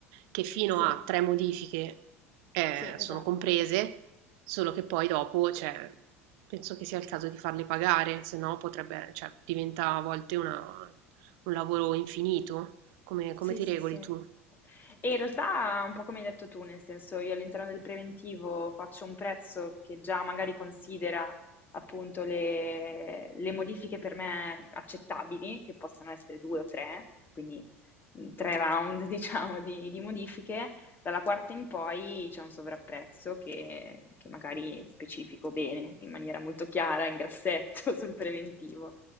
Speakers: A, on the right; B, on the left.
A: che fino
B: Sì.
A: a 3 modifiche eh,
B: Sì, esatto.
A: sono comprese, solo che poi dopo, cioè, penso che sia il caso di farle pagare, se no potrebbe, cioè, diventa a volte una- un lavoro infinito. Come, come
B: Sì,
A: ti
B: sì,
A: regoli
B: sì.
A: tu?
B: E in realtà un po' come hai detto tu, nel senso io all'interno del preventivo faccio un prezzo che già magari considera appunto le, le modifiche per me accettabili, che possano essere due o tre, quindi mh, tre round <laughs> diciamo di, di modifiche, dalla quarta in poi c'è un sovrapprezzo che, che magari specifico bene, in maniera molto chiara, in grassetto <laughs> sul preventivo.